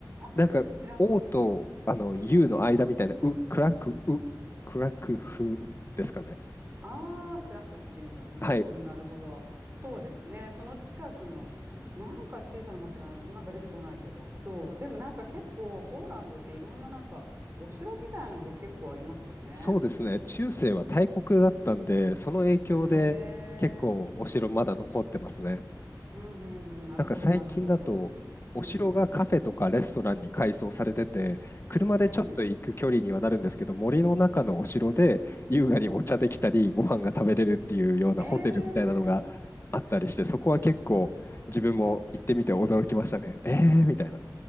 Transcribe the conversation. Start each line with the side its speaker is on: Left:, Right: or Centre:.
Left: なんか、
Right: <laughs> クラコフ。
Left: O とあの
Right: うんうん。
Left: U の間みたいな、う、クラク、う、クラクフですかね。
Right: ああ、クラクフっていうんだ。なるほど、
Left: はい。
Right: なるほど。そうですね。その近くの、なんか小さな町が、なんか出てこないけど、そう。でもなんか結構、ポーランドっていろんななんか、お城みたいなのが結構ありますよね。
Left: そうですね、中世は大国だったんで、その影響で結構お城まだ残ってますね。
Right: へえ。うんうんうん。なるほど、
Left: なんか最近だと、
Right: なるほど。うん。
Left: お城がカフェとかレストランに改装されてて、車でちょっと行く距離にはなるんですけど、
Right: うんうん。
Left: 森の中のお城で優雅にお茶できたり、
Right: うん。
Left: ご飯が食べれるっていうようなホテルみたいなのがあったりして、
Right: ええ。
Left: そこは結構自分も行ってみて驚きましたね。えーみたいな。